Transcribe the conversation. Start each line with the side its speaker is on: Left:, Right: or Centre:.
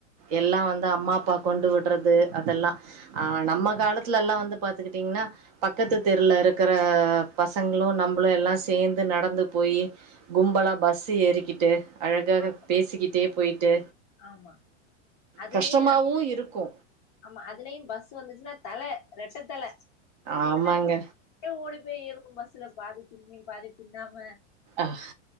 Right: எல்லா வந்து அம்மா அப்பா கொண்டு விடுறது அதெல்லா ஆ நம்ம
Left: ஆமா
Right: காலத் துல எல்லா வந்து பாத்துக்கிட்டீங்கன்னா பக்கத்து தெருல இருக்கேற பசங்களு நம்மளு எல்லா சேர்ந்து நடந்து போயி கும்பலா பஸ்ஸு ஏறிக்கிட்டு அழகாக
Left: ஆமா
Right: பேசிக்கிட்டே போயிட்டு
Left: ஆமா அதுலயு
Right: கஷ்டமாவு இருக்கு
Left: ஆமா அதுலயு பஸ்ஸு வந்துச்சுன்னா தல ரெட்ட தல பின்னால
Right: ஆமாங்க
Left: டியே ஓடி போய் ஏறுனு பஸ்ல பாதி பின்னி பாதி பின்னாம
Right: ஆஹ்